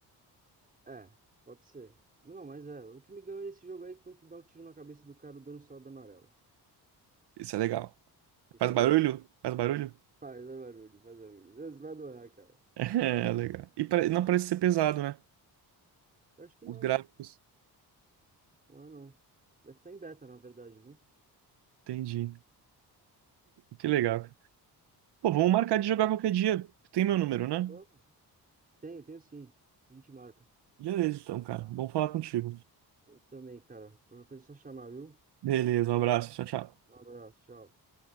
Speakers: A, on the right; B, on the right.
A: É, pode ser. Não, mas é. O que me ganhou nesse jogo aí é que quando tu dá um tiro na cabeça do cara, o dano sobe amarelo.
B: Isso é legal.
A: Isso
B: Faz
A: é legal.
B: barulho? Faz barulho? <laughs>
A: Faz, faz barulho, faz barulho. Você vai adorar, cara.
B: É,
A: Muito bom.
B: legal. E pare- não parece ser pesado, né?
A: Eu acho que não
B: Os
A: é não.
B: gráficos.
A: Não é não. Deve estar em beta, na verdade, viu?
B: Entendi. Que legal, cara. Pô, vamos marcar de jogar qualquer dia. Tu tem meu número, né?
A: Bom. Tenho, tenho sim. A gente marca.
B: Beleza, então, cara. Bom falar contigo.
A: Eu também, cara. Qualquer coisa é só chamar, viu?
B: Beleza, um abraço. Tchau, tchau.
A: Um abraço, tchau.